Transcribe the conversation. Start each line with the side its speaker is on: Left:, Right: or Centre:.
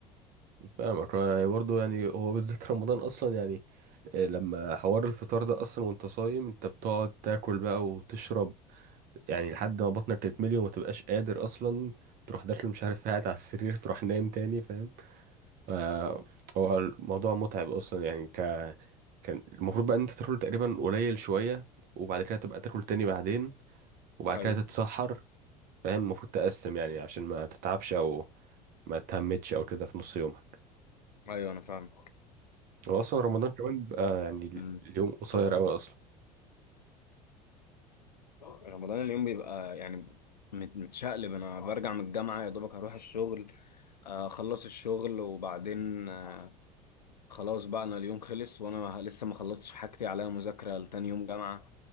Right: فاهمك يعني برضه يعني هو بالذات <laughs> رمضان أصلا يعني آه، لما حوار الفطار ده أصلا وأنت صايم أنت بتقعد تاكل بقى وتشرب يعني لحد ما بطنك تتملي وما تبقاش قادر أصلا تروح داخل مش عارف قاعد على السرير <laughs> تروح نايم تاني فاهم ف هو الموضوع متعب أصلا يعني ك... كان المفروض بقى إن أنت تاكل تقريبا قليل شوية وبعد كده تبقى تاكل تاني بعدين وبعد
Left: ايوه
Right: كده تتسحر فاهم المفروض تقسم يعني عشان ما تتعبش او ما تهمتش او كده في نص يومها
Left: ايوه انا فاهمك
Right: هو اصلا رمضان كمان بيبقى يعني ال-
Left: أمم،
Right: اليوم قصير
Left: طب
Right: قوي اصلا
Left: رمضان اليوم بيبقى يعني مت- متشقلب انا برجع من الجامعة يا دوبك هروح الشغل آه، اخلص الشغل وبعدين آه، خلاص بقى انا اليوم خلص وانا لسه ما خلصتش حاجتي عليا مذاكره لتاني يوم جامعه